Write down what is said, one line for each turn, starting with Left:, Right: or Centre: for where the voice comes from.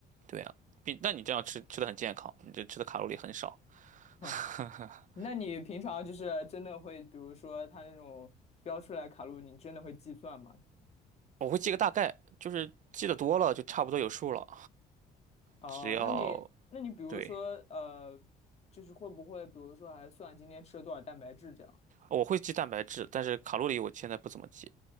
Right: 对啊，比那你这样吃吃的很健康，你这吃的卡路里很少。
Left: 哼
Right: <laughs>
Left: 那你平常就是真的会，比如说它那种标出来卡路里，你真的会计算吗？
Right: 我会记个大概，就是记得多了就差不多有数了。
Left: 哦，
Right: 只要
Left: 那你那你比如说呃，
Right: 对，
Left: 就是会不会比如说还算今天吃了多少蛋白质这样？
Right: 我会记蛋白质，但是卡路里我现在不怎么记，